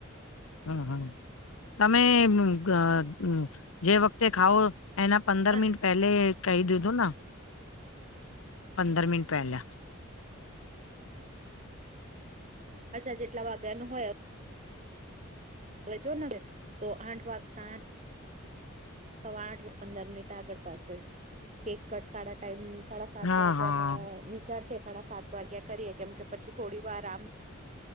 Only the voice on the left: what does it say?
હમ હમ તમે ઘ જે વખતે ખાવો એના પંદર
મિનિટ પહેલે કહી દીધુંના પંદર મિનટ પહેલા
હા
હા